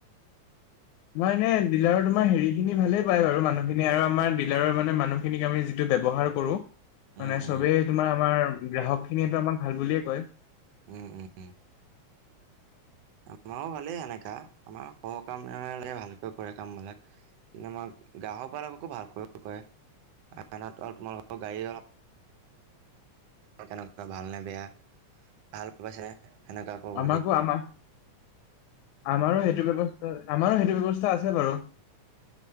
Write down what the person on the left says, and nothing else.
<inaudible> তোমাৰ এনে ডিলাৰৰ তোমাৰ হেৰি খিনি ভালেই পায়াৰু মানুহখিনি আৰু আমাৰ ডিলাৰৰ মানে মানুহখিনিক আমি যিটো ব্যৱহাৰ কৰো
মানে
চবেই তোমাৰ আমাৰ গ্ৰাহক খিনিয়েতটো আমাক ভাল বুলিয়ে কয়।
আমাকো
আমাৰ আমাৰো সেইটো ব্যৱস্থা আমাৰো সেইটো ব্যৱস্থা আছে বাৰু